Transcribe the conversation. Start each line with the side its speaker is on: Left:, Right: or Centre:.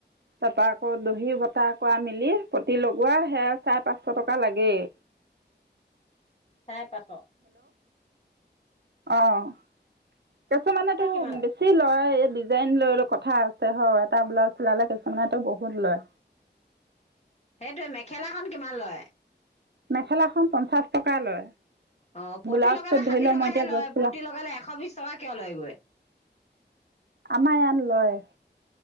Right: তাৰপৰা আক, দহি বতাহ কৰা মেলি প্ৰতি লগোৱা সে চাৰে পাঁচশ টকা লাগেই।
Left: চাৰে পাঁচশ।
Right: অঁ। কিছুমানে তো
Left: কিমান লয়
Right: বেছি লয় ডিজাইন লয়, লয় কথা আছে হয়, এটা ব্লাউজ চিলালে কিছুমানেটো বহুত লয়।
Left: সেইটোৱে মেখেলাখন কিমান লয়?
Right: মেখেলাখন পঞ্চাশ টকা লয়।
Left: অ পতি
Right: ব্লাউজটোত
Left: লগালে ষাঠি
Right: ধৰি লওক
Left: টকাহে
Right: মই এতিয়া
Left: লয়,
Right: য'ত চিলাওঁ
Left: পতি লগালে এশ বিশ টকা কিয় লয়গৈ?
Right: আমাৰ ইয়াত লয়।